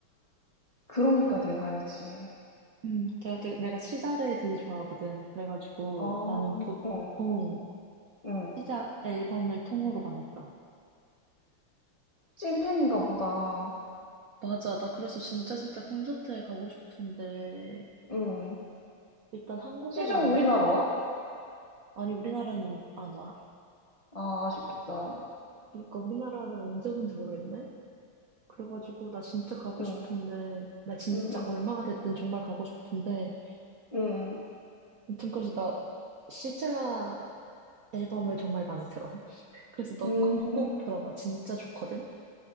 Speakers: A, on the left; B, on the right.
A: 그러니까 내가 알지.
B: 음, 내가, 내가 내가 시자를 되게 좋아하거든. 그래가지고
A: 아,
B: 나는 보통
A: 응, 응.
B: 시자 앨범을 통으로 많이 들어.
A: 찐팬인가 보다.
B: 맞아, 나 그래서 진짜 진짜 콘서트에 가고 싶은데
A: 응.
B: 일단 한국에는
A: 시저
B: 안
A: 우리나라
B: 오고
A: 와?
B: 아니, 우리나라는 안 와.
A: 아, 아쉽겠다.
B: 그러니까 우리나라는 언제는지 모르겠네. 그래가지고 나 진짜 가고
A: 응,
B: 싶은데 나 진짜
A: 응, 응,
B: 얼마가 됐든 정말 가고 싶은데
A: 응.
B: 아무튼 그래서 나 시자 앨범을 정말 많이 들어. 그래서 너도
A: 음,
B: 한번 꼭 들어봐. 진짜 좋거든.